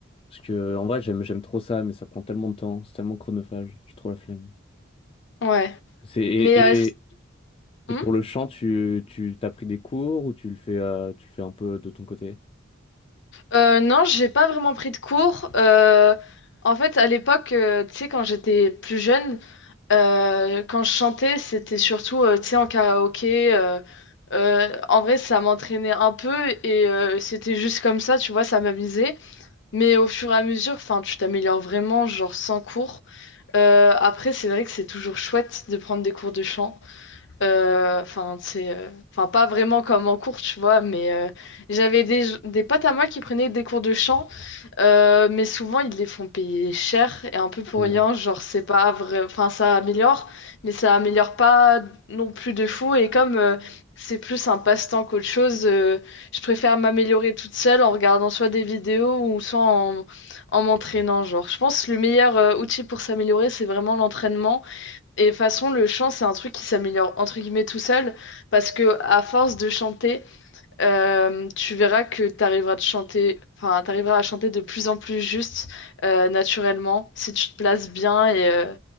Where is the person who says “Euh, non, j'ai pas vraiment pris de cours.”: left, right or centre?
Left